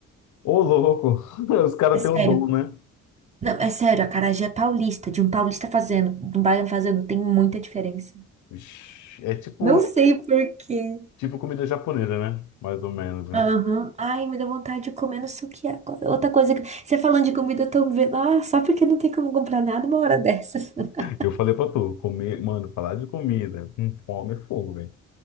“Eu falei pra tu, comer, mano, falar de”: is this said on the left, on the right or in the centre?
Left